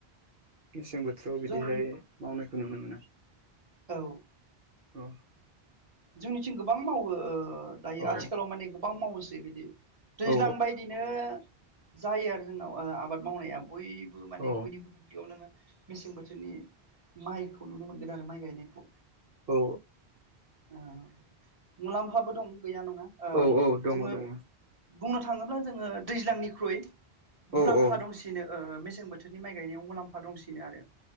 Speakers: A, on the right; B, on the right.
A: मेसें बोथोराव बिदिहाय
B: जों
A: मावनायखौ नुनो मोना
B: औ
A: औ
B: जोंनिथि गोब गोबां मावो ओ दायो
A: औ
B: आथिखालाव माने गोबां मावोसै बिदि दैज्लां
A: औ
B: बायदिनो जायो आरो जोंनाव आबाद मावनाया बयबो माने
A: औ
B: बयनिबो दुब्लियाव नोङो मेसें बोथोरनि माइखौ नुनो मोनगोन आरो माइ गायनायखौ
A: औ
B: ओ मुलाम्फाबो दं गैया नङा ओ
A: औ औ दङ
B: जोङो
A: दङ
B: बुंनो थाङोब्ला जोङो दैज्लांनिख्रुइ
A: औ
B: मुलाम्फा
A: औ
B: दंसिनो ओ मेस मेसें बोथोरनि माइ गायनायाव मुलाम्फा दंसिनो आरो